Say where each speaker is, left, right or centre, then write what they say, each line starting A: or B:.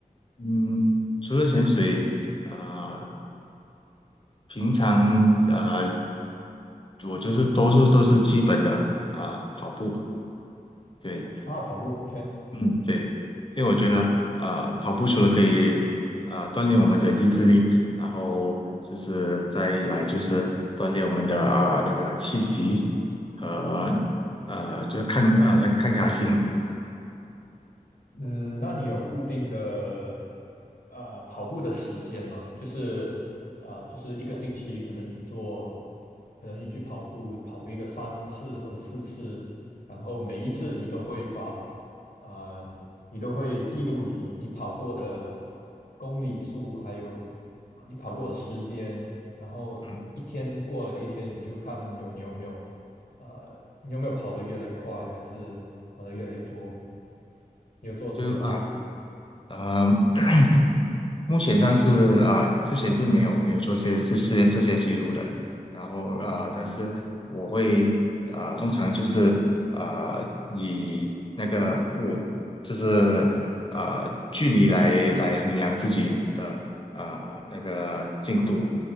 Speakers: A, on the left (about 35°); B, on the left (about 80°).
A: 嗯，除了潜水，呃，平常呃我就是多数都是基本的呃跑步，对，
B: 啊，跑步，OK。
A: 嗯，对，因为我觉得，啊，跑步除了可以，啊锻炼我们的意志力，然后就是再来就是锻炼我们的啊、那个气息和呃就是抗呃抗压性，
B: 嗯，那你有固定的呃跑步的时间吗？就是啊、呃就是一个星期，可能你做，可能你去跑步跑一个三次或者四次，然后每一次你都会把，啊，你都会记录你你跑过的公里数，还有啊、你跑过的时间，然后一天过了一天，
A: 嗯，
B: 你就看有你有没有。啊。你有没有跑得越来越快，还是跑得越来越多？你有做这些记录吗？
A: 就啊、啊、<clears throat> 目前上是啊、之前是没有没有做这些这些这些记录的，然后啊、但是我会啊、通常就是啊、以那个我就是啊、距离来来衡量自己的啊、那个进度，